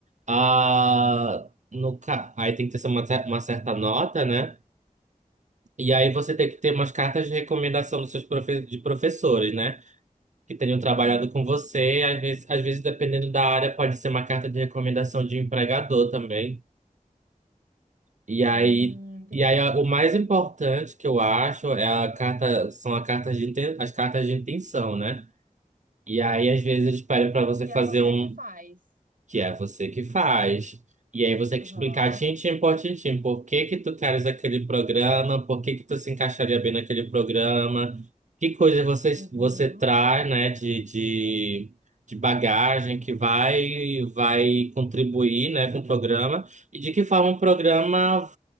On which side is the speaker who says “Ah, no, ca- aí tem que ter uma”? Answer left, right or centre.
Right